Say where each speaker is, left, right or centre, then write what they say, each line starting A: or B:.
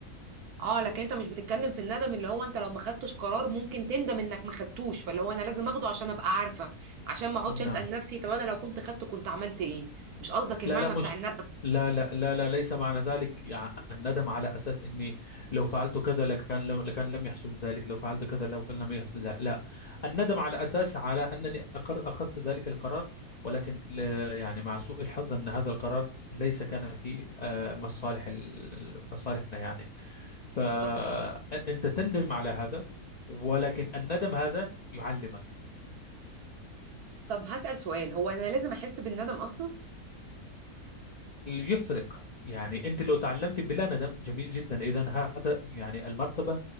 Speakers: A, on the right; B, on the left.
A: اه لكن انت مش بتتكلم في الندم اللي هو انت لو ما خدتش قرار ممكن تندم انك ما خدتوش فاللي هو انا لازم اخده عشان ابقى عارفه عشان ما اقعدش اسال
B: نعم
A: نفسي طب انا لو كنت خدته كنت عملت ايه مش قصدك المعنى
B: لا لا مش
A: بتاع الندم
B: لا لا لا لا ليس معنى ذلك يع- الندم على أساس إني لو فعلت كذا لكان لو لكان لم يحصل ذلك لو فعلت كذا لو كان لم يحصل لا, لا الندم على أساس على أنني أقر أخذت ذلك القرار ولكن ل- يعني مع سوء الحظ أن هذا القرار ليس كان في آه، مصالح ال- مصالحنا يعني فأنت
A: طب
B: تندم على هذا ولكن الندم هذا يعلمك
A: طب هسال سؤال هو انا لازم احس بالندم اصلا
B: يفرق يعني انت لو تعلمت بلا ندم جميل جدا اذا هذا يعني المرتبه